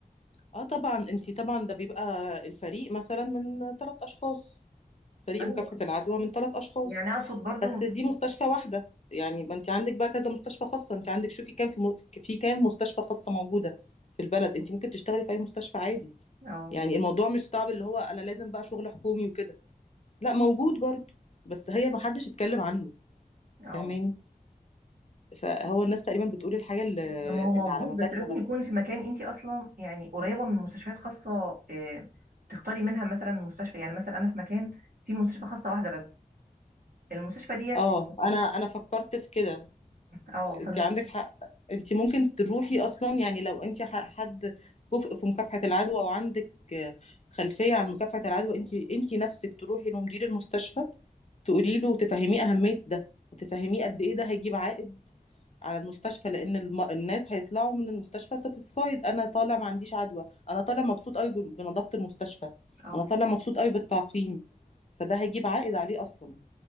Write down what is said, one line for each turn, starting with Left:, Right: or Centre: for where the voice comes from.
Left: اه طبعا انتي طبعا ده بيبقى الفريق مثلا من ثلاث أشخاص فريق
Right: ايوه
Left: مكافحة العدوى من ثلاث أشخاص
Right: يعني اقصد برضو
Left: بس دي مستشفى واحدة يعني ما أنت عندك بقى كذا مستشفى خاصة أنت عندك شوفي كام في م... في كام مستشفى خاصة موجودة في البلد أنت ممكن تشتغلي في أي مستشفى عادي
Right: اه
Left: يعني الموضوع مش صعب اللي هو أنا لازم بقى شغل حكومي وكده لا موجود برضه بس هي ما حدش اتكلم عنه
Right: اه
Left: فاهماني فهو الناس تقريبا بتقول الحاجة اللي,
Right: ما هو موجود
Left: اللي على مزاجها
Right: بس لازم
Left: بس
Right: يكون في مكان انت اصلا يعني قريبه من مستشفيات خاصه آه، تختاري منها مثلا مستشفى يعني مثلا انا في مكان في مستشفى خاصه واحده بس المستشفى ديت
Left: اه
Right: يعني
Left: انا انا فكرت في كده
Right: اه فمش
Left: انت عندك حق انت ممكن تروحي اصلا يعني لو انت ح- حد كفء في مكافحة العدوى او عندك آه، خلفية عن مكافحة العدوى انت انت نفسك تروحي لمدير المستشفى تقولي له تفهميه اهمية ده تفهميه قد ايه ده هيجيب عائد على المستشفى لان الم... الناس هيطلعوا من المستشفى ساتيسفايد انا طالع ما عنديش عدوى انا طالع مبسوط قوي بنظافة المستشفى
Right: اه
Left: انا طالع مبسوط قوي بالتعقيم فده هيجيب عائد عليه اصلا